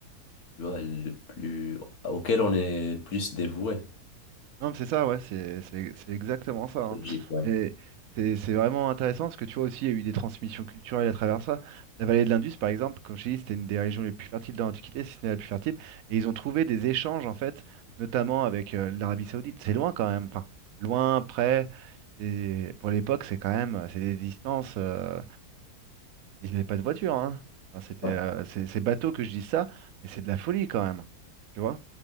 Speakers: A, on the left; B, on the right.
A: tu vois, le plus... auquel on est plus dévoué.
B: Non, mais c'est ça, ouais, c'est c'est- c'est exactement ça. hein.
A: C'est logique, ouais.
B: Mais c'est c'est vraiment intéressant parce que tu vois aussi, il y a eu des transmissions culturelles à travers ça. La vallée de l'Indus, par exemple, comme je t'ai dit, c'était une des régions les plus fertiles dans l'Antiquité, si ce n'est la plus fertile. Et ils ont trouvé des échanges, en fait, notamment avec euh, l'Arabie Saoudite. C'est loin quand même, enfin, loin, près. Et pour l'époque, c'est quand même, c'est des distances. euh, Ils n'avaient pas de voiture, hein. Enfin, c'était,
A: Ouais.
B: euh, c'est c'est bateau que je dis ça, mais c'est de la folie quand même. Tu vois?